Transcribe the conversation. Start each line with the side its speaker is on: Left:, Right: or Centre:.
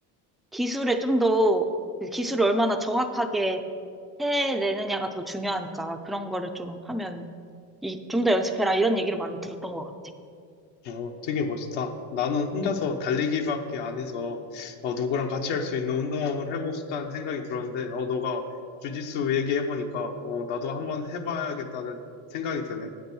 Centre: 기술에 좀더 그 기술을 얼마나 정확하게 해내느냐가 더 중요하니까 그런 거를 좀 하면 이, 좀 더 연습해라. 이런 얘기를 많이 들었던 것 같아.
Left: 어, 되게 멋있다. 나는 혼자서 달리기밖에 안 해서, 어, 누구랑 같이 할 수 있는 운동을 해보고 싶다는 생각이 들었는데, 어, 너가 주짓수 얘기해보니까, 어, 나도 한번 해봐야겠다는 생각이 드네.